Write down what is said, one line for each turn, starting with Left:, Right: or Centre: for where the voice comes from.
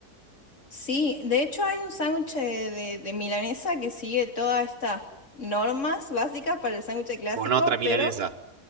Left: Sí, de hecho hay un sándwich de, de- de milanesa que sigue todas estas normas básicas para el sándwich clásico,
Right: Con otra milanesa.
Left: pero